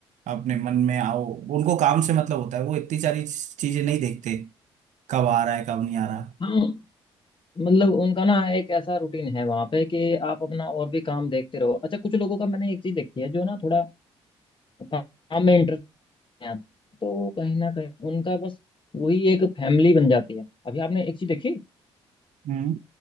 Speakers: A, on the right; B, on the left.
A: अपने मन में आओ उनको काम से मतलब होता है वो इतनी सारी चीजें नहीं देखते कब आ रहा है कब नहीं आ रहा
B: हाँ मतलब उनका ना एक ऐसा रूटीन है वहां पे कि आप अपना और भी काम देखते रहो अच्छा कुछ लोगों का मैंने एक चीज देखी है जो ना थोड़ा काम में इंटरेस्ट है तो कहीं ना कहीं उनका बस वही एक फैमिली बन जाती है अभी आपने एक चीज देखी
A: हम्म